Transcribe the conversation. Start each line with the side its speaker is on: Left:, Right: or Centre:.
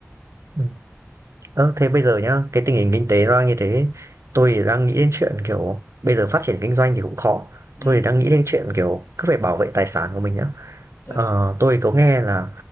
Right: Ừm. Ơ, thế bây giờ nhá, cái tình hình kinh tế nó đang như thế, tôi thì đang nghĩ đến chuyện, kiểu, bây giờ phát triển kinh doanh thì cũng khó.
Left: ừ,
Right: Tôi thì đang nghĩ đến chuyện, kiểu, cứ phải bảo vệ tài sản của mình nhá
Left: chuẩn
Right: Ờ,
Left: chuẩn
Right: tôi có nghe là